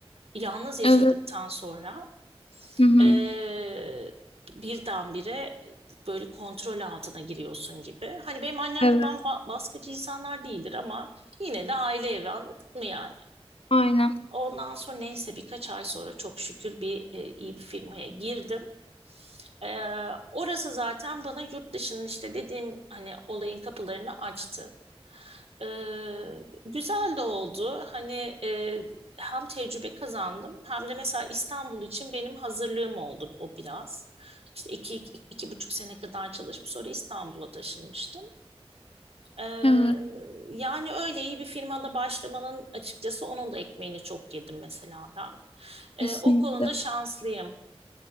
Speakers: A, on the right; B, on the left.
A: yalnız yaşadıktan
B: Evet.
A: sonra
B: Hı hı.
A: eee birdenbire böyle kontrol altına giriyorsun gibi. Hani benim annem
B: Evet.
A: babam ba- baskıcı insanlar değildir ama yine de aile evi anladın mı yani?
B: Aynen.
A: Ondan sonra neyse birkaç ay sonra çok şükür bir e, iyi bir firmaya girdim. E, orası zaten bana yurt dışının işte dediğim hani olayın kapılarını açtı. E, güzel de oldu. Hani e, hem tecrübe kazandım hem de mesela İstanbul için benim hazırlığım oldu o biraz. İşte iki, iki, iki buçuk sene kadar çalışıp sonra İstanbul'a taşınmıştım. E,
B: Evet.
A: yani öyle iyi bir firmada başlamanın açıkçası onun da ekmeğini çok yedim mesela ben.
B: Kesinlikle.
A: E, o konuda şanslıyım.